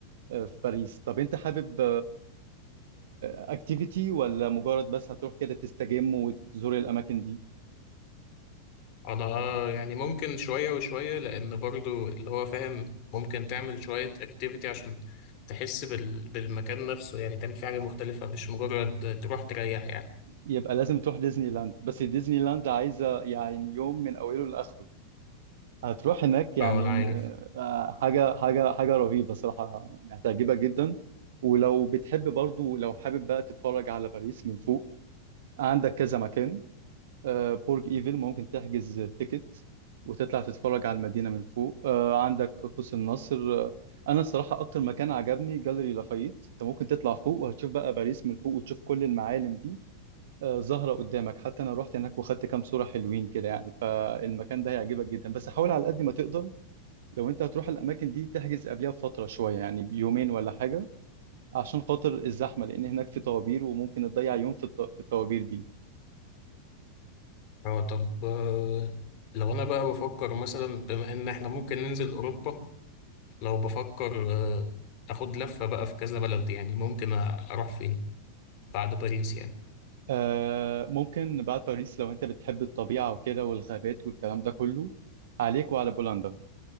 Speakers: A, on the right; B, on the left.
A: آه، في باريس طب انت حابب اكتيفيتي ولا مجرد بس هتروح كده تستجم وتزور الأماكن دي
B: أنا آه، يعني ممكن شوية وشوية لأن برضو اللي هو فاهم ممكن تعمل شوية اكتيفيتي عشان تحس بال... بالمكان نفسه يعني تعمل فيه حاجة مختلفة مش مجرد تروح تريح يعني
A: يبقى لازم تروح ديزني لاند بس ديزني لاند عايزة يعني يوم من أوله لآخره هتروح هناك يعني
B: اه أنا عارف
A: م- آه، حاجة حاجة حاجة رهيبة صراحة يعني هتعجبك جدا ولو بتحب برضو لو حابب بقى تتفرج على باريس من فوق عندك كذا مكان آه، برج ايفل ممكن تحجز تيكت وتطلع تتفرج على المدينة من فوق آه، عندك قوس النصر آه، أنا الصراحة أكتر مكان عجبني جاليري لافايت أنت ممكن تطلع فوق وهتشوف بقى باريس من فوق وتشوف كل المعالم دي آه، ظاهرة قدامك حتى أنا رحت هناك وخدت كام صورة حلوين كده يعني فالمكان ده هيعجبك جدا بس حاول على قد ما تقدر لو انت هتروح الاماكن دي تحجز قبلها بفتره شويه يعني بيومين ولا حاجه عشان خاطر الزحمه لان هناك في طوابير وممكن تضيع يوم في الط- في الطوابير دي
B: اه طب آه، لو انا بقى بفكر مثلا بما ان احنا ممكن ننزل اوروبا لو بفكر آه، اخد لفة بقى في كذا بلد يعني ممكن أ- اروح فين بعد باريس يعني
A: آه ممكن بعد باريس لو انت بتحب الطبيعه وكده والغابات والكلام ده كله عليك وعلى بولندا